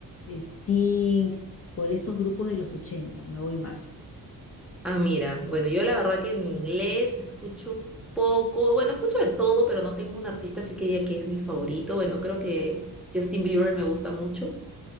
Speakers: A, on the left; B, in the centre.
A: Sting, por estos grupos de los 80 me voy más.
B: Ah, mira, bueno, yo la verdad que en inglés escucho poco, bueno, escucho de todo, pero no tengo un artista así que diga que es mi favorito. Bueno, creo que Justin Bieber me gusta mucho,